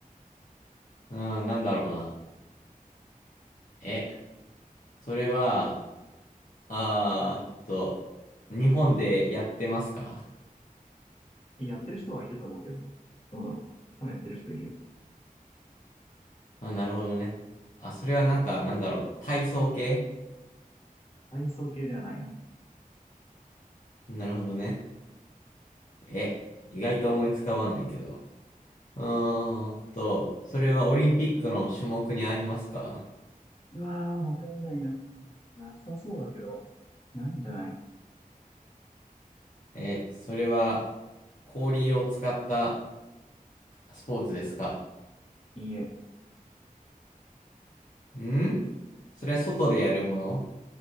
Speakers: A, on the left; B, on the left.
A: うん、なんだろうな。え、それは、あーっと、
B: うん
A: 日本でやってますか
B: えやってる人はいると思うけど。どうだろう。多分やってる人いるよ。
A: あ、なるほどね。あ、それはなんか、なんだろう。体操系
B: 体操系ではないな。
A: なるほどね。え、意外と思いつかわないけど。うーんと、それはオリンピックの種目にありますか
B: うわー、わかんないな。なさそうだけど、ないんじゃない
A: え、それは氷を使ったスポーツですか
B: いいえ、
A: んそれは外でやるもの